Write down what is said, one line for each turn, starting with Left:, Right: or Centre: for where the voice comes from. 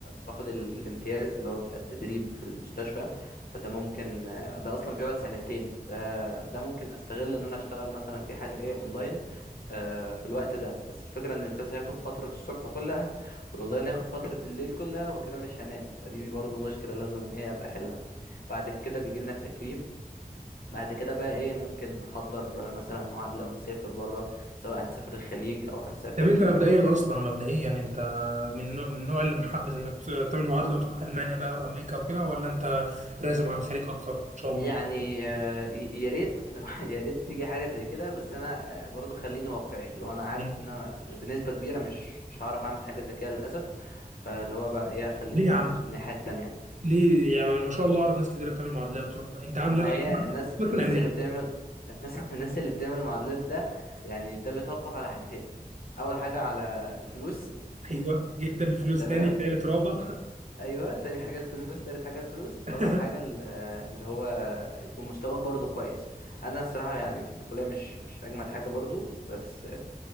Left: باخد ال- الامتياز اللي هو بيبقى التدريب في المستشفى فده ممكن آه، ده اصلا بيقعد سنتين ده ده ممكن استغل ان انا اشتغل مثلا في حاجه ايه اونلاين آه، في الوقت ده بس الفكره ان الامتياز هياخد فتره الصبح كلها والله ناخد فترة الليل كلها وكده مش هنام فدي برضو مشكلة لازم ايه ابقى احلها بعد كده بيجي لنا التكليف بعد كده بقى ايه ممكن نحضر مثلا معادلة ونسافر بره سواء هنسافر الخليج او هنسافر
Right: طب انت مبدئيا اصلا مبدئيا يعني انت من نوع- من النوع اللي محبذ انك ت- تعمل معادله وتروح المانيا بقى وامريكا وكده ولا انت راسم على الخليج اكتر ان شاء
Left: يعني
Right: الله
Left: آه، ي- يا ريت <laughs> لو يا ريت تيجي حاجة زي كده بس انا آه، برضو خليني واقعي لو انا عارف
Right: ليه
Left: ان انا بنسبة كبيرة مش مش هعرف اعمل حاجة زي كده للأسف فاللي هو بقى ايه خليني
Right: ليه
Left: مركز
Right: يا عم
Left: في الناحية التانية
Right: ليه يعني ما شاء الله اعرف ناس كتير بتعمل معادلات تروح بقى انت عامل
Left: ما هي الناس الناس
Right: سيبك من امريكا
Left: اللي بتعمل الناس <laughs> الناس اللي بتعمل معادلات ده يعني ده بيتوقف على حاجتين اول حاجه على الفلوس
Right: ايوه جدا الفلوس
Left: تمام
Right: تاني تالت رابع
Left: ايوه تاني حاجه الفلوس تالت حاجه الفلوس رابع
Right: <laughs>
Left: حاجه ال- اللي هو يكون مستواك برضو كويس انا الصراحه يعني في الكليه مش مش اجمد حاجه برضو بس